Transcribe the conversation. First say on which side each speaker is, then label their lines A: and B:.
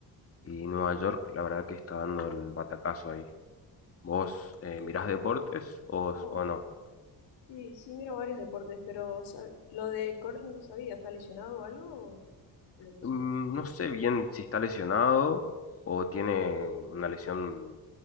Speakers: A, on the left; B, on the left.
A: y Nueva York la verdad que está dando el batacazo ahí. ¿Vos eh, mirás deportes o,
B: wow.
A: o no?
B: Sí, sí, miro varios deportes, pero sab- lo de correr no lo sabía. ¿Está lesionado o algo? ¿Qué le pasó?
A: Mm, No sé bien si está lesionado o tiene una lesión